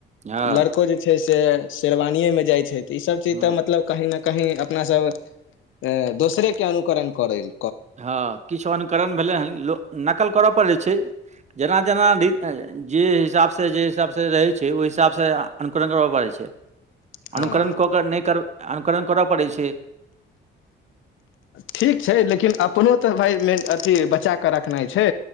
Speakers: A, on the right; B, on the left.
A: हँ
B: लड़को जे छै से शेरवानिएमे जाइत छै तऽ ईसभ चीज
A: हुँ
B: तऽ मतलब कहीं न कही अपना सब अ दोसरेके अनुकरण करेल
A: हँ किछु अनुकरण भेलै हन लोको नकल करय पड़ै छै जेना जेना जे हिसाबसँ जे हिसाबसँ रहै छै ओहि हिसाबसँ अनकुरण करबय पड़ैत छै
B: <inaudible>
A: अनुकरण
B: हँ
A: क क नहि कर अनुकरण कर पड़ै छै
B: ठीक छै लेकिन अपनो तऽ भाय मेन अथी बचा कऽ रखनाइ छै